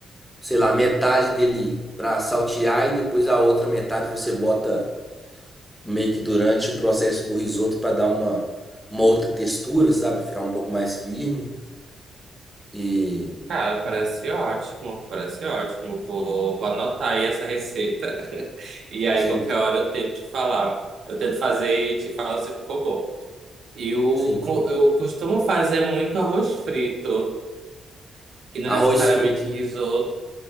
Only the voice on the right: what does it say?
Cara, parece ótimo, parece ótimo. Vou, vou anotar aí essa receita. <laughs> E aí,
qualquer hora eu tento te falar. Eu tento fazer e te falo se ficou bom. Eu,
co- eu costumo fazer muito arroz frito, que não
é necessariamente
risoto.